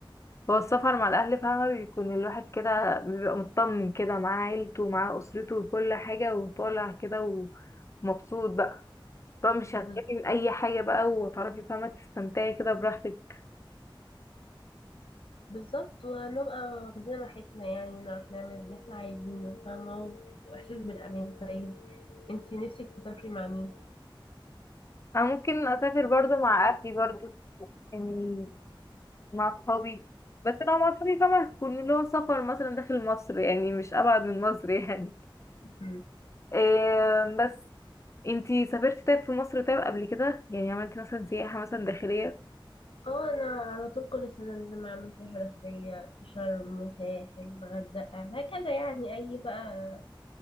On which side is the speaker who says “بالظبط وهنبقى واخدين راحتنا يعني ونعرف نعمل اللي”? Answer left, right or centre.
Left